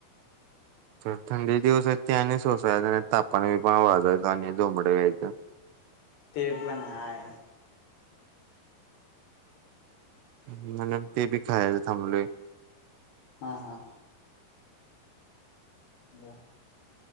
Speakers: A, on the right; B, on the left.
A: तर थंडीच दिवस आहेत ते आणि सोसायच नाही. तापन बिपान वाजायचो आणि जोमडं यायचं.
B: ते पण हाय.
A: म्हणून ते बी खायाचं थांबलोय.
B: हा, हा. बर.